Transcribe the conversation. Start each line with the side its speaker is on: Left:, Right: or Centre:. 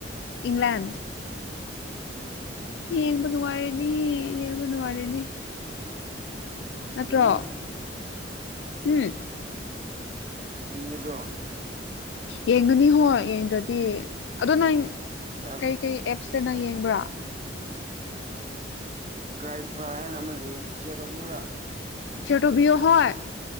Left: ꯏꯪ꯭ꯂꯗ
Right: ꯎꯝ
Left: ꯌꯦꯡꯕ ꯅꯨꯡꯉꯥꯏꯔꯦꯅꯤ ꯌꯦꯡꯕ ꯅꯨꯡꯉꯥꯏꯔꯦꯅꯦ ꯅꯠꯇ꯭ꯔꯣ
Right: ꯌꯦꯡꯉꯣꯏ
Left: ꯎꯝ
Right: ꯏꯡꯉꯗꯣ
Left: ꯌꯦꯡꯒꯅꯤ ꯍꯣ ꯌꯦꯡꯗ꯭ꯔꯗꯤ ꯑꯗꯨꯣ ꯅꯪ
Right: ꯌꯥꯔꯦ
Left: ꯀꯩꯀꯩ ꯑꯦꯞꯁꯇꯅ ꯌꯦꯡꯕ꯭ꯔꯥ
Right: ꯀ꯭ꯔꯥꯏꯐ꯭ꯔꯥꯏ ꯍꯥꯏꯅ ꯑꯃ ꯂꯩꯌꯦ ꯁꯦꯗꯣꯌꯨꯨꯔꯥ
Left: ꯁꯤꯇꯣ ꯌ ꯍ